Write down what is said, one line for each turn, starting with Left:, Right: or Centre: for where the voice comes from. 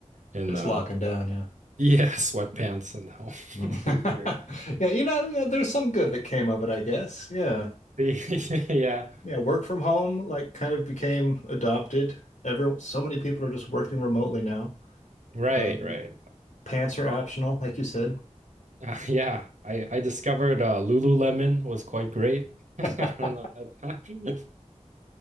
Right: in
Left: Just
Right: uh,
Left: locking down, yeah.
Right: <laughs> yeah sweatpants and home
Left: Mm.
Right: <laughs> and beer.
Left: <laughs> Yeah, you know, yeah, there's some good that came of it, I guess. Yeah.
Right: <laughs> Yeah,
Left: Yeah, work from home like kind of became adopted. Every so many people are just working remotely now.
Right: right,
Left: Um,
Right: right. <laughs>
Left: pants are optional, like you said.
Right: Uh, yeah, I I discovered uh, Lululemon was quite great. <laughs>
Left: <laughs>
Right: I don't know. <laughs>